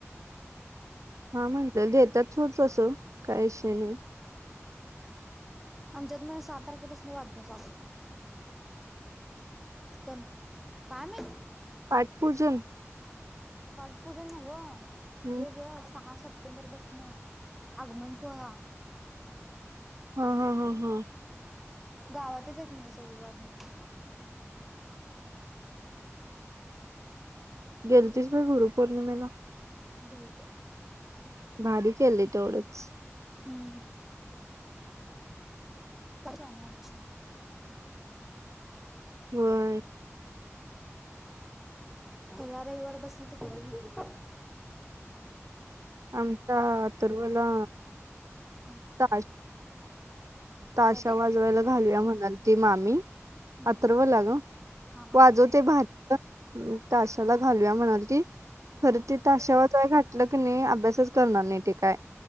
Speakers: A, on the right; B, in the centre.
A: हा म्हटलंय देतात सोडज्ञतसं काही विषय नाही
B: आमच्यात म सात तारखेपासून वाजण्या चालू आहे. काय माहीत.
A: पाठ पूजन.
B: पाठपूजन
A: हम्म.
B: हे ग सहा सप्टेंबर पासन आगमन सोहळा.
A: हा हा हा ह
B: गावातच आहेत म्हण सगळी बजण.
A: गेलतीस होय गुरुपौर्णिमेला?
B: गेलतो.
A: भारी केले तेवढंच.
B: हम्म ज आहे आमची.
A: होय.
B: ते ह्या रविवारी पासन तिकडं घेतील.
A: आमच्या अथरवला.
B: हम्म
A: ताश ताशा
B: ते
A: वाजवायला घालूया म्हणाले. मामी
B: हम्म
A: अथर्व ला ग
B: हा हा
A: आजव ते भाज ताशाला घालूया म्हणालती की
B: हम्म
A: खर ते ताशावर य घाटलं की नाही अभ्यासच करणार नाही ठी काय.